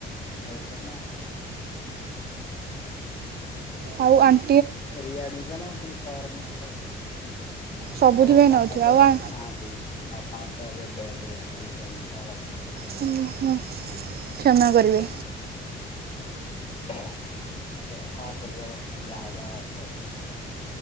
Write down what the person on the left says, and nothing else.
ନଉସ ନା
ରି ଆଡ୍ ମିଶନ ପୁଣି ଫର୍ମ ଫିଲପ୍
ଓ ବାପା
ତ
ନାହାନ୍ତି। ବାପା ଙ୍କର ତ ଏବେ ଡେଥ୍ ହେଇ ଯାଇଛି। ଡିସେନ୍ ସଲ୍
ଦେଖ୍ୟା ଏବେ କଣ କରିହେଵ ଯାହା ଯାହା ଭାଗ୍ୟରେ